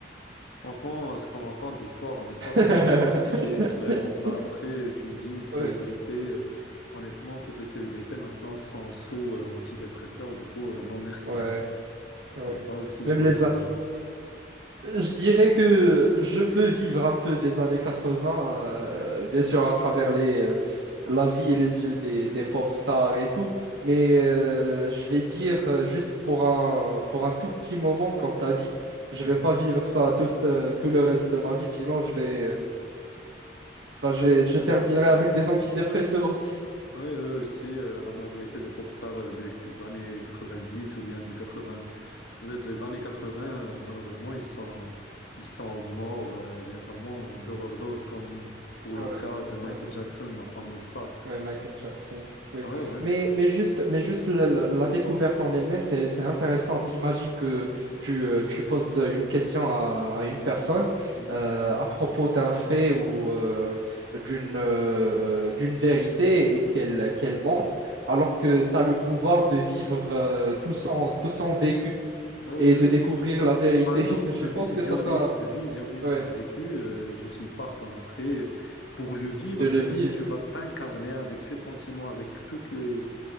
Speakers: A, on the left (about 75°); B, on the right (about 65°).
A: Franchement, ce qu'on entend d'histoire, on n'est pas
B: <laughs>
A: vraiment sûr si c'est vraiment ça. Après, tu me dis une célébrité.
B: Ouais,
A: euh, Honnêtement, toutes les célébrités maintenant sont sous euh, antidépresseurs, du coup, euh, non merci,
B: ouais,
A: hein. sont
B: ouais.
A: pas aussi
B: Même
A: zo-
B: les
A: joyeuses.
B: Je dirais que je veux vivre un peu des années 80, euh, bien sûr, à travers les, euh, la vie et les yeux des, des pop stars et tout, mais euh, je vais dire euh, juste pour un, pour un tout petit moment, comme tu as dit, je
A: Mhm.
B: vais pas vivre ça toute, euh, tout le reste de ma vie, sinon je vais, euh, bah, je
A: Oui, oui,
B: vais-
A: je,
B: je terminerai
A: je suis totalement
B: avec
A: d'accord.
B: des antidépresseurs aussi.
A: Oui, eux aussi, euh, la majorité des pop stars euh, des années 90 ou bien de 80, euh, des années 80, euh, malheureusement, ils sont, ils sont morts euh, généralement d'overdose, comme pour
B: Ouais,
A: le cas de Michael
B: ouais.
A: Jackson, la fameuse star.
B: Ouais, Michael Jackson, oui.
A: Oui, oui.
B: Mais, mais juste, mais juste la, la- la découverte en elle-même, c'est, c'est intéressante. Imagine que tu, euh, tu poses une question à, à une personne
A: Mhm.
B: euh, à propos d'un fait ou euh, d'une euh, d'une vérité et qu'elle qu'elle ment, alors que tu as le pouvoir de vivre euh, tout son, tout son vécu
A: Oui, oui,
B: et de découvrir
A: oui.
B: la vérité.
A: Par exemple,
B: <laughs> Je
A: de
B: pense
A: visionner,
B: que ça, ça,
A: de visionner son
B: ouais,
A: vécu, euh, je suis partant après. Pour le vivre,
B: de le
A: euh,
B: vivre.
A: tu vas t'incarner avec ses sentiments, avec toutes les